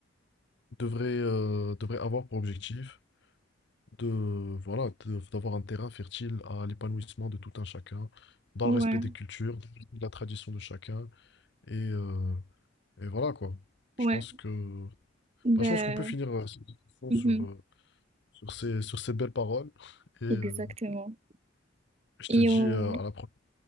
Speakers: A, on the left; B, on the right.
A: devraient, euh, devraient avoir pour objectif de, voilà, de- d'avoir un terrain fertile à l'épanouissement de tout un chacun, dans
B: Ouais,
A: le respect des cultures, de la tradition de chacun, et, euh, et voilà quoi.
B: ouais,
A: Je pense que,
B: ben,
A: bah, je pense qu'on peut finir euh, cette discussion
B: mhm,
A: sur, euh, sur ces, sur ces belles paroles. Et euh,
B: exactement.
A: je
B: Et
A: te dis
B: on,
A: euh, à la prochaine.